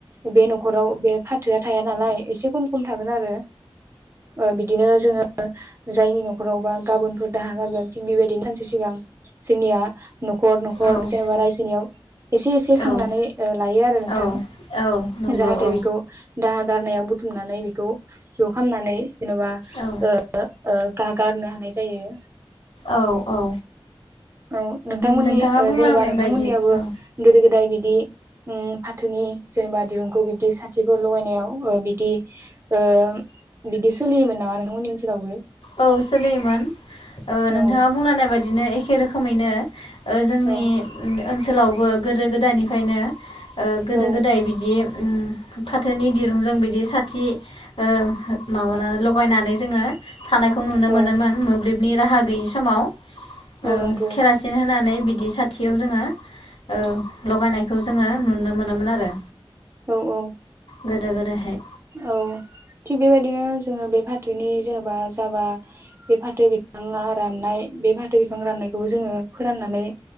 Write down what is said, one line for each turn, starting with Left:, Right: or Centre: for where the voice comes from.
Right: बे न'खराव बे फाथोआ थाया नालाय एसे खम खम थागोन आरो ओ बिदिनो जोङो जायनि न'खरावबा गाबोनफोर दाहा गारगोन थिं बेबायदिनो सानसे सिगां जोंनिया न'खर न'खर
Left: औ
Right: जेनेबा रायजोनियाव एसे एसे खांनानै
Left: औ
Right: ओ लायो आरो नोंथां
Left: औ औ नंगौ
Right: जाहाथे
Left: औ
Right: बेखौ दाहा गारनायाव बुथुमनानै बेखौ ज' खालामनानै जेन'बा
Left: औ
Right: ओ ओ गा गारनो हानाय जायो।
Left: औ औ
Right: औ नोंथांमोननि
Left: नोंथाङा
Right: ओ
Left: बुंलांनाय
Right: जेनेबा नोंथांमोननियाबो
Left: बायदि औ
Right: गोदो गोदाय बि दि ओम फाथोनि जेनेबा दिरुंखौ बिबदि साथिफोर लगायनायाव ओ बिदि ओ बिदि सोलियोमोन नामा नोंथांमोननि ओनसोलावबो?
Left: औ सोलियोमोन ओ
Right: औ
Left: नोंथाङा बुंलांनाय बा दिनो एखे रोखोमैनो ओ जोंनि
Right: औ
Left: ओनसोलावबो गोदो गोदायनिफ्रायनो ओ गोदो
Right: औ
Left: गोदाय बिदि उम फाथोनि दिरुंजों बिदि साथि ओ माबानानै लगायनानै जोङो थानायखौ नुनो
Right: औ
Left: मोनोमोन मोब्लिब नि राहा गैयि समाव। ओ
Right: औ नंगौ
Left: खेरासिन होना नै बिदि साथियाव जोङो औ लगायनायखौ जोङो नुनो मोनामोन आरो।
Right: औ औ
Left: गोदो गोदायहाय
Right: औ थिग बेबायदिनो जोङो बे फा थोनि जेनेबा जाबा बे फाथो बिफाङा राननाय बे फाथो बिफां राननायखौबो जोङो फोराननानै